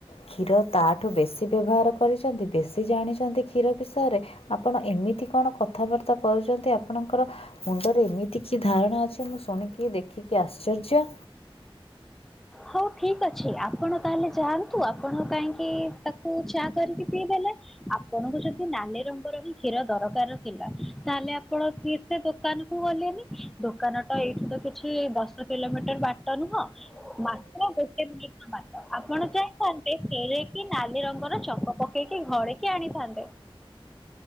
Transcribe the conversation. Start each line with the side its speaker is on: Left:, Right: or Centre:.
Left: କ୍ଷୀର ତା ଠୁ ବେଶୀ ବ୍ୟବହାର କରିଛନ୍ତି ବେଶୀ ଜାଣିଛନ୍ତି କ୍ଷୀର ବିଷୟରେ। ଆପଣ ଏମିତି କଣ କଥାବାର୍ତ୍ତା କରୁଛନ୍ତି ଆପଣ କର ମୁଣ୍ଡରେ ଏମିତି କି ଧାରଣା ଅଛି ମୁଁ ଶୁଣିକି ଦେଖିକି ଆଶ୍ଚର୍ଯ୍ୟ।
Centre: ହଉ ଠିକ୍ ଅଛି ଆପଣ ତାହେଲେ ଯାଆନ୍ତୁ ଆପଣ କାଇଁକି ତାକୁ ଚା କରିକି ପିଇଦେଲେ ଆ ପଣଙ୍କୁ ଯଦି ନାଲି ରଙ୍ଗର ହିଁ କ୍ଷୀର ଦରକାର ଥିଲା ତାହଲେ ଆପଣ ଫିର୍ ସେ ଦୋକାନ କୁ ଗଲେନି। ଦୋକାନଟା ଏଇଠୁ ତ କିଛି ଦଶ କିଲୋମିଟର୍ ବାଟ ନୁହଁ ମାତ୍ର ଗୋଟେ ମିନିଟ୍ ବାଟ ଆପଣ ଯାଇଥାନ୍ତେ ଫେରେଇ କି ନାଲି ରଙ୍ଗର ଚକ ପକେଇକି ଘରେ କି ଆଣିଥାନ୍ତେ।